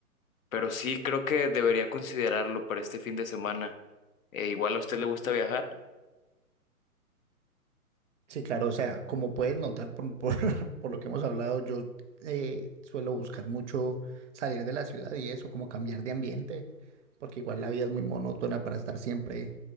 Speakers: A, on the left; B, on the right.
A: Pero sí, creo que debería considerarlo para este fin de semana. Eh, igual a usted le gusta viajar.
B: Sí, claro, o sea, como puedes notar por, por, <laughs> por lo que hemos hablado, yo eh, suelo buscar mucho salir de la ciudad y eso, como cambiar de ambiente, porque igual la vida es muy monótona para estar siempre